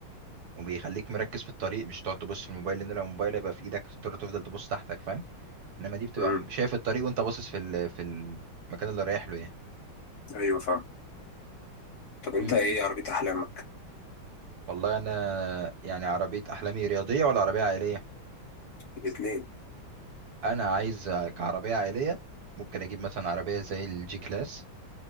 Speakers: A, on the right; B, on the left.
A: وبيخليك مركز في الطريق مش تقعد تبص في الموبايل لان لو الموبايل هيبقى في ايدك تضطر تفضل تبص تحتك فاهم انما دي بتبقى
B: مم.
A: م- شايف الطريق وانت باصص في ال... في المكان اللي رايح له يعني
B: ايوه فاهم طب انت
A: مم.
B: ايه عربيه احلامك
A: والله انا يعني عربيه احلامي رياضيه ولا عربيه عائليه
B: الاثنين
A: انا عايز كعربيه عائليه ممكن اجيب مثلا عربيه زي الجي كلاس